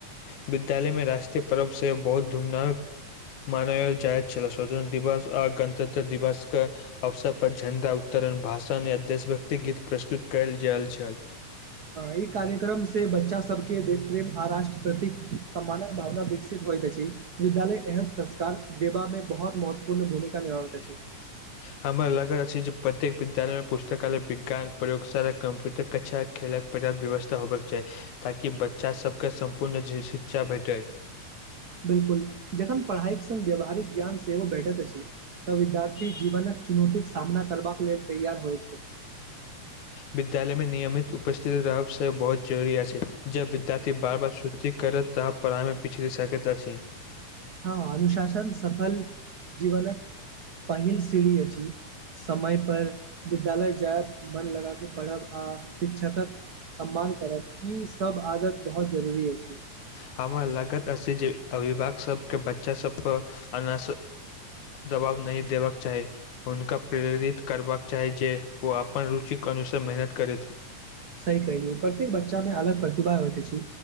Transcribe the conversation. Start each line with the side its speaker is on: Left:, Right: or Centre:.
Left: विद्यालय में राष्ट्रीय पर्व से बहुत धूमनाक मनायल जाइत छल स्वतंत्र दिवस आ गणतंत्र दिवस कऽ अवसर पर झण्डा उत्तरण भाषण य देशभक्ति गीत प्रस्तुत कयल जाल छल
Right: ई कार्यक्रम से बच्चा सबके देश प्रेम आ राष्ट्र प्रतिक सम्मानक भावना विकसित होइत अछि विद्यालय एह संस्कार देबा में बहुत महत्वपूर्ण भूमिका निभाबैत अछि
Left: हमर लगल अछि जे प्रत्येक विद्यालय मे पुस्तकालय विज्ञान प्रयोगशाला कंप्यूटर कक्षा खेलक पर्याप्त व्यवस्था होबबाक के चाही ताकि बच्चा सबके सम्पूर्ण शिक्षा भेटै
Right: बिलकुल जखन पढ़ाइक संगङ्ग व्यावहारिक ज्ञान सेहो भैठैत अछि तऽ विद्यार्थी जीवनक चुनौतीके सामना करबाक लेल तैयार होइत छै
Left: विद्यालयमे नियमित उपस्थिति रहबसँ बहुत जरूरी अछि छै जब विद्यार्थी बार बार छुटी करत तब पढ़ाइमे पिछड़ी सकेैत अछि
Right: हँ अनुशासन सफल जीवनक पहिल सीढ़ी अछि समय पर विद्यालय जायब मन लगााक पढ़ब आ शिक्षकक सम्मान करब ईसभ आदत बहुत जरूरी अछि
Left: हमर लागत अ जे अभिभक सबके बच्चा सब पर अना जवाब नहि देबाक चाही हुनका प्रेरित करबाक चाही जे ओ अपन रुचिक अनुसार मेहनत करैथ
Right: सही कहिलियौ प्रत्येक बच्चा मे अलग प्रतिभा होइत अछि